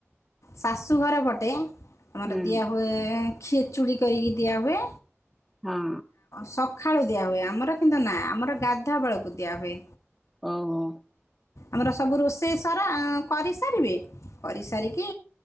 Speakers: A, on the left (about 85°); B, in the centre.
A: ଶାଶୁଘର ପଟେ ଆମର
B: ହୁଁ
A: ଦିଆହୁଏ ଖିେଚୁଡ଼ି କରିକି ଦିଆହୁଏ।
B: ହଁ।
A: ସଖାଳୁ ଦିଆହୁଏ ଆମର କିନ୍ତୁ ନାଇଁ ଆମର ଗାଧୁଆ ବଳକୁ ଦିଆ ହଏ।
B: ଓହୋ।
A: ଆମର ସବୁ ରୋଷେଇ ସାରା କରିସାରିବେ। କରିସାରିକି